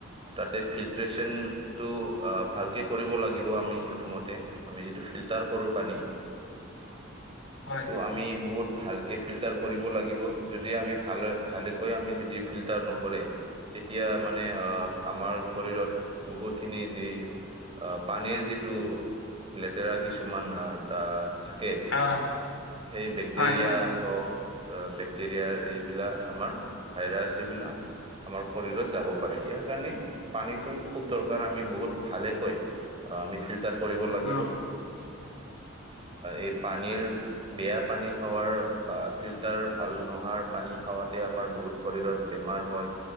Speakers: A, on the right (about 25°); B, on the left (about 70°).
A: তাতে ফিল্ট্ৰেচনটো ভালকে কৰিব লাগিব আমি প্ৰথমত। আমি যিটো ফিল্টাৰ কৰো পানী।
B: হয়
A: সেইটো আমি বহুত ভালকৈ ফিল্টাৰ কৰিব লাগিব। যদি আমি ভালে ভালেকৈ আমি যদি ফিল্টাৰ নকৰে তেতিয়া মানে আমাৰ শৰীৰত বহুতখিনি যি আ, পানীৰ যিটো লেতেৰা কিছুমান আ, দা থাকে
B: হয়।
A: সেই বেক্টেৰিয়া
B: হয় হয়
A: হওক আ, বেক্টেৰিয়া এইবিলাক আমাৰ ভাইৰাছ এইবিলা আমাৰ শৰীৰত যাব পাৰে, ইয়াৰ কাৰণে পানীটো খুব দৰকাৰ, আমি বহুত ভালেকৈ আমি ফিল্টাৰ কৰিব লাগিব,
B: অ
A: এই পানীৰ বেয়া পানী খাৱাৰ বা ফিল্টাৰ ভাল নোহাৰ পানী খাৱাতে আমাৰ বহুত শৰীৰত বেমাৰ হয়,